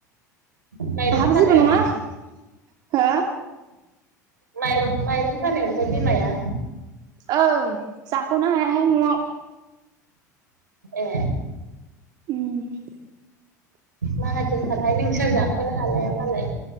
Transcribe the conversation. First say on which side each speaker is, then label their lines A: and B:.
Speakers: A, on the right (about 80°); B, on the right (about 45°).
A: माइरं
B: आंहाबो
A: फानो
B: जेबो नङा हो?
A: माइरं माइरं फानो ओमफ्राय बिमाया
B: ओं जाख'नो हायाहाय न'आव।
A: ए
B: उम
A: माहाजोनथारहाय नोंसा जाख'नो हालाया मालाय।